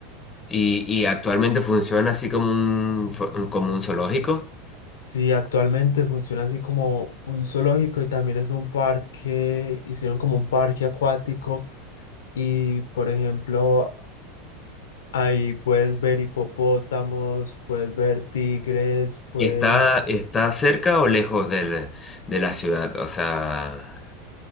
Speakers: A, on the left; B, on the left.
A: Y, y actualmente funciona así como un, fo- como un zoológico.
B: Sí, actualmente funciona así como un zoológico y también es un parque, hicieron como un parque acuático y por ejemplo ahí puedes ver hipopótamos, puedes ver tigres, puedes...
A: ¿Y está, está cerca o lejos del- de la ciudad? O sea,